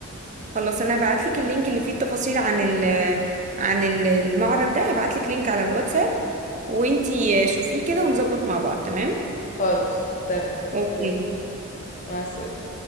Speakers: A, on the right (about 30°); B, on the left (about 35°).
A: خلاص انا هبعت لك اللينك اللي فيه التفاصيل عن ال عن ال- المعرض ده هبعت لك لينك على الواتساب وانتي شوفيه كده ونظبط مع بعض تمام
B: خالص تمام
A: اوكي
B: يلا مع السلامة